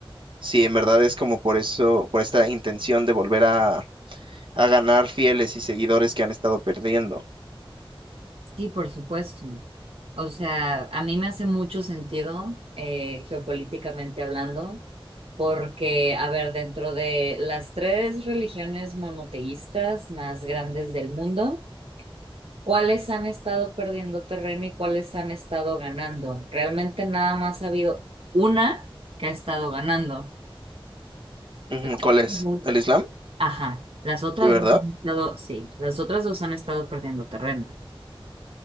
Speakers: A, on the right (about 60°); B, on the right (about 80°).
A: Si en verdad es como por eso, por esta intención de volver a, a ganar fieles y seguidores que han estado perdiendo.
B: Sí, por supuesto. O sea, a mí me hace mucho sentido eh, geopolíticamente hablando, porque, a ver, dentro de las tres religiones monoteístas más grandes del mundo, ¿cuáles han estado perdiendo terreno y cuáles han estado ganando? Realmente nada más ha habido una que ha estado ganando.
A: Ujú,
B: Las
A: ¿Cuál
B: otras
A: es?
B: dos,
A: ¿El Islam?
B: ajá, las otras
A: Sí, ¿verdad?
B: dos han estado, sí, las otras dos han estado perdiendo terreno.